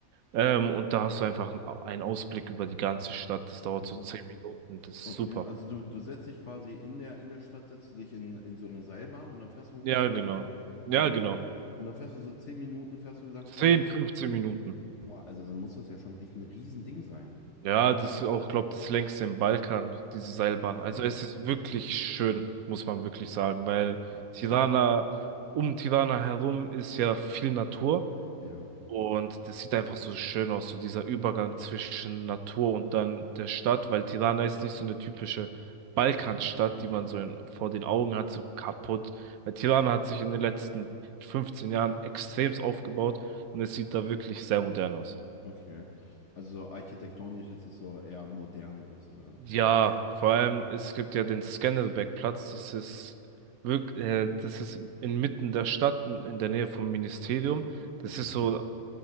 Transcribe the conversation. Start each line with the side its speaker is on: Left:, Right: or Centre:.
Right: Ähm, und da hast du einfach einen Au- einen Ausblick über die ganze Stadt. Das dauert
Left: Also,
Right: so zehn Minuten. Das ist
Left: okay,
Right: super.
Left: also du, du setzt dich quasi in der, in der Stadt, setzt du dich in, in so eine Seilbahn und dann fährst du hoch
Right: Ja,
Left: in die Berge.
Right: genau. Ja,
Left: Und wie
Right: genau.
Left: lang, und dann fährst du so zehn Minuten, fährst du dann quasi.
Right: 10, 15 Minuten.
Left: Boah, also dann muss das ja schon echt ein Riesending sein.
Right: Ja, das ist auch, glaube das längste im Balkan, diese Seilbahn.
Left: Okay,
Right: Also es ist wirklich schön, muss man wirklich sagen, weil
Left: okay,
Right: Tirana, um Tirana herum ist ja viel Natur
Left: ja,
Right: und das sieht einfach so schön aus, so dieser Übergang zwischen Natur und dann der Stadt, weil Tirana ist nicht so eine typische Balkanstadt, die man so in, vor den Augen hat, so kaputt. Weil Tirana hat sich in den letzten 15 Jahren extremst aufgebaut und es sieht da wirklich sehr modern aus.
Left: okay. Also so architektonisch ist es so eher modern, würdest du sagen.
Right: Ja, vor allem, es gibt ja den Scandelbeck-Platz. Das ist wirklich, äh, das ist inmitten der Stadt, in in der Nähe vom Ministerium. Das
Left: Okay.
Right: ist so